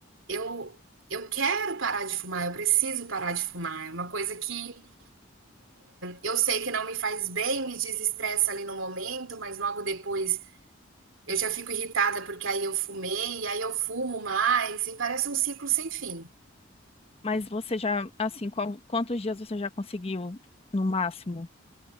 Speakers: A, on the right; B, on the left.
A: Eu, eu quero parar de fumar, eu preciso parar de fumar. É uma coisa que eu sei que não me faz bem, me desestressa ali no momento, mas logo depois. Eu já fico irritada porque aí eu fumei, e aí eu fumo mais, e parece um ciclo sem fim.
B: mas você já, assim, qual- quantos dias você já conseguiu no máximo?